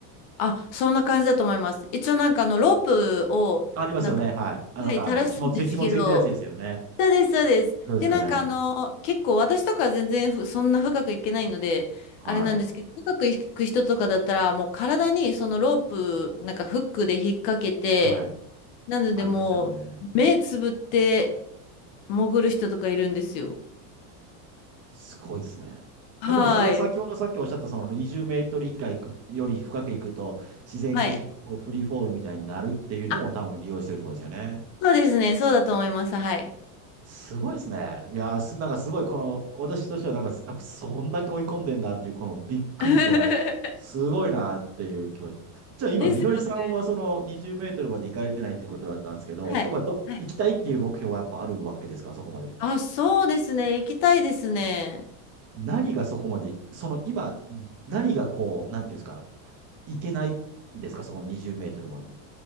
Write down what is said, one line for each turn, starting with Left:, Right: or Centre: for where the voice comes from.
Left: あ、そんな感じだと思います。一応なんかあの、ロープを、
Right: ありますよね、
Left: なんか、
Right: はい。あの、
Left: はい、
Right: なんかあの、
Left: 垂らすんですけど、
Right: 紐つい、紐ついてるやつですよね。
Left: そうです、そうです。
Right: そうですよね。
Left: で、なんかあの、結構私とか全然ふそんな深くいけないので、
Right: はい。
Left: あれなんですけど、深くいく人とかだったら、もう体にそのロープ、なんかフックで引っ掛けて、
Right: はい。
Left: なのでもう、
Right: ありますよね。
Left: 目つぶって潜る人とかいるんですよ。
Right: すごいですね。
Left: はい。
Right: まあでもそれは先ほどさっきおっしゃったその20メートル以下行くより深く行くと自然的にこうフリーフォールみたいになるっていうのも多分利用してるってことですよね。
Left: はい。あ、そうですね。そうだと思います。はい。
Right: すごいですね。いやーす、なんかすごいこの私としてはなんかすやっぱそんだけ追い込んでんだっていうこのびっくりとすごいなっていう気持ち。
Left: <laughs>
Right: じゃあ今みのりさんはその20メートルまで行かれてないっていうことだったんですけど、
Left: ですよね。はい。
Right: やっぱど行きたいっていう目標はやっぱあるわけですか、
Left: はい
Right: そこまで。
Left: あ、そうですね。行きたいですね。
Right: 何がそこまで、その今、何がこう、なんていうんですか、行けないんですかそこの20メートルまで。